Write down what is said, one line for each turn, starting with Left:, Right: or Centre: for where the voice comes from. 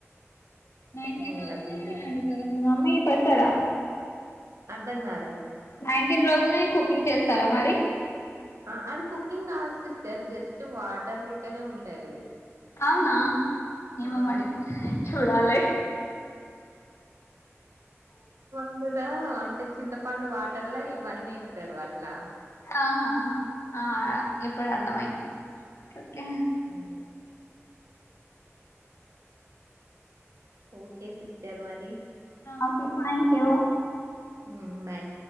Left: నైన్టీన్
Right: ఇంకా
Left: రోజునే
Right: బిజీ
Left: అందుతదా మీ మమ్మీ పచ్చడ
Right: అర్దం కాలే
Left: నైన్టీన్ రోజునే కుకింగ్ చేస్తారా మరి
Right: ఆ అది కుకింగ్ కాదు సిస్టర్ జస్ట్ వాటర్ లెక్కనే ఉంటది
Left: అవునా ఏమో
Right: ఆ
Left: మరి చూడాలి
Right: పండులో అంటే చింతపండు వాటర్లా ఇవన్నీ ఇత్తరు అట్లా
Left: ఆహాహా ఆ ఇప్పుడు అర్థమైంది ఓకే
Right: అ ఓకే సిస్టర్ మరి
Left: ఓకే థ్యాంక్ యు
Right: ఊ బాయ్